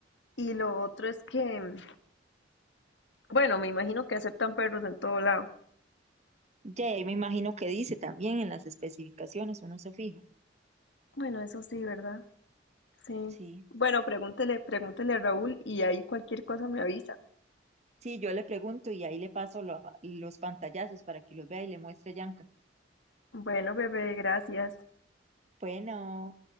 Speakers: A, on the left (about 75°); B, on the right (about 35°).
A: y lo otro es que Bueno, me imagino que aceptan perros en todo lado.
B: Ya, y ahí me imagino que dice también en las especificaciones, uno se fija.
A: Bueno, eso sí, ¿verdad? Sí.
B: Sí.
A: Bueno, pregúntele, pregúntele a Raúl y ahí cualquier cosa me avisa.
B: Sí, yo le pregunto y ahí le paso lo- los pantallazos para que los vea y le muestre a Yanka.
A: Bueno, bebé, gracias.
B: Bueno.